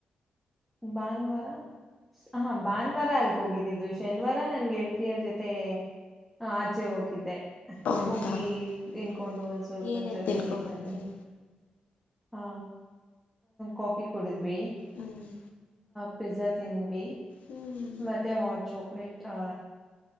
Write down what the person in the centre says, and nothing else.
ಭಾನುವಾರ ಹಾ ಭಾನುವಾರ ಅಲ್ಗ ಹೋಗಿದ್ದಿದ್ದು ಶನಿವಾರ ನನ್ಗೆಳ್ತಿಯರ್ ಜೊತೆ ಹ ಆಚೆ ಹೋಗೋಗಿದ್ದೆ
ಹೋಗಿ
ತಿನ್ಕೊಂಡು
ಒಂದ್ ಸ್ವಲ್ಪ
ಜೊತೆಗೆ
ಇದ್ ಬಂದೇ ಹಾ ಕಾಫಿ ಕುಡಿದ್ವಿ
ಪಿಜಜಾ ತಿಂದ್ವಿ
ಮತ್ತೆ ಹಾಟ್ ಚಾಕ್ಲೇಟ್ ಆ